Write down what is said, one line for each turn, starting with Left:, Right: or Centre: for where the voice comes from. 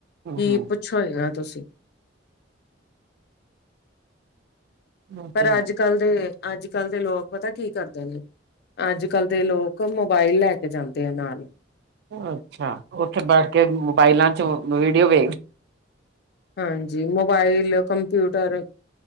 Left: ਕੀ
Right: ਹੂੰ
Left: ਪੁੱਛਾਂ ਈ ਨਾ ਤੁਸੀਂ
Right: ਹੂੰ
Left: ਪਰ
Right: ਤੇ
Left: ਅੱਜ
Right: ਹੈ
Left: ਅੱਜ-ਕੱਲ ਦੇ ਅੱਜ- ਕੱਲ ਦੇ ਲੋਕ ਪਤਾ ਕੀ ਕਰਦੇ ਨੇ ਅੱਜ- ਕੱਲ ਦੇ ਲੋਕ ਮੋਬਾਇਲ ਲੈ ਕੇ ਜਾਂਦੇ ਆ ਨਾਲ
Right: ਅੱਛਾ ਉੱਥੇ ਬੈਠ ਕੇ ਮੋਬਾਇਲਾਂ ਚ ਵੀਡੀਓ ਵੇਖ
Left: ਹਾਂ ਜੀ। ਮੋਬਾਇਲ, ਕੰਪਿਊਟਰ